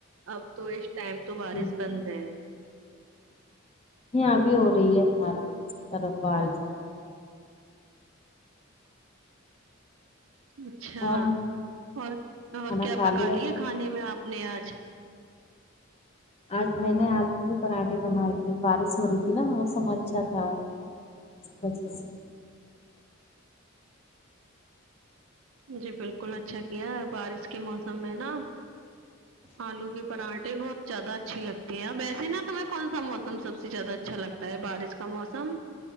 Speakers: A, on the right; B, on the left.
A: اب تو اس ٹائم تو بارس
B: جی
A: بند ہے
B: یہاں بھی ہو رہی ہے ہمارے طرف بارش
A: اچھا
B: اور
A: اور اور
B: کھانا
A: کیا
B: کھا
A: پکالئے
B: لیا
A: کھانے میں آپ نے آج
B: آج میں نے آلو کے پراٹھے بنائے تھے باراس ہو رہی تھی نا موسم اچھا تھا اس وجہ سے
A: جی بالکل اچھا کیا بارش کے موسم میں نا آلو کے پراٹھے بہت جیادہ اچھی لگتے ہیں اب ویسے نا تمیں کون سا کا موسم سب سے زیادہ اچھا لگتا ہے بارش کا موسم